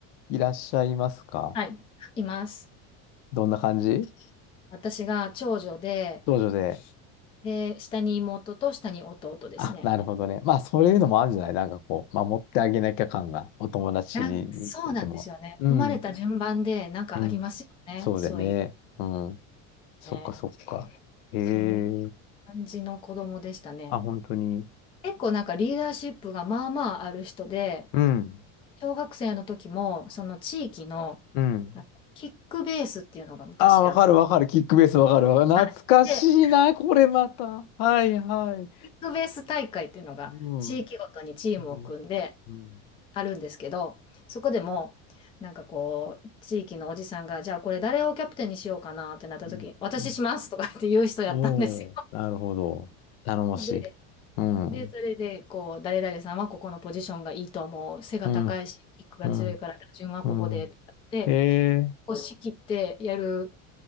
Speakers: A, on the left; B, on the left.
A: いらっしゃいますか
B: はい、います。
A: どんな感じ
B: 私が長女で、
A: 長女で。
B: で、下に妹と下に弟ですね。
A: あ、なるほどね。まあ、そういうのもあるんじゃないなんかこう、守ってあげなきゃ感が、お友達に出ても。
B: なんそうなんですよね。
A: うん、
B: 生まれた順番でなんかありますよね。
A: うん。そうだよね。
B: そういう。
A: うん。そっかそっか。
B: ね。
A: ええ、
B: そんな感じの子供でしたね。
A: あ、本当に。
B: 結構なんかリーダーシップがまあまあある人で、
A: うん、
B: 小学生の時もその地域の
A: うん。
B: あキックベースっていうのが昔あって、
A: ああ、わかるわかる。キックベースわかるわかる。
B: はいで、
A: 懐かしいな、これまた。はいはい。
B: キックベース大会っていうのが地域ごとにチームを組んで
A: うん。うん。うん。
B: あるんですけど、そこでもなんかこう、地域のおじさんが、じゃあこれ誰をキャプテンにしようかなってなった時に、
A: うん。
B: 私しますとかって言う人やったんですよ。
A: うんおおー、なるほど。頼もしい。
B: うんで、
A: うん。
B: で、それで、こう、誰々さんはここのポジションがいいと思う。背が高いし、
A: うん。
B: キックが強いから、
A: うん。
B: 打順はここで、
A: うん。
B: で、
A: へえ。
B: 押し切ってやる